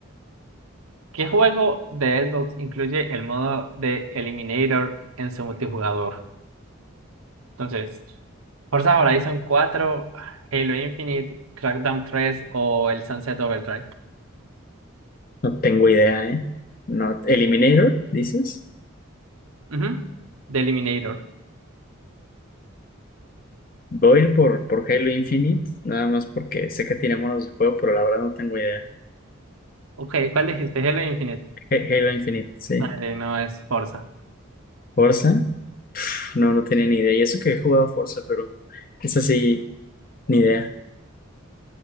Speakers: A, on the right (about 90°); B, on the left (about 40°).
A: ¿qué juego de Xbox incluye el modo de Eliminator en su multijugador? Entonces, Forza Horizon cuatro Halo Infinite, Crackdown tres o el Sunset Overdrive.
B: No tengo idea, ¿eh? No, Eliminator, dices.
A: Ujú, De Eliminator.
B: Voy a ir por, por Halo Infinite, nada más porque sé que tiene monos de juego, pero la verdad no tengo idea.
A: Ok, ¿cuál dijiste? Halo Infinite.
B: He- Halo Infinite, sí.
A: Dale, no es Forza.
B: Forza, pf, no, no tenía ni idea. Y eso que he jugado Forza, pero es así, ni idea.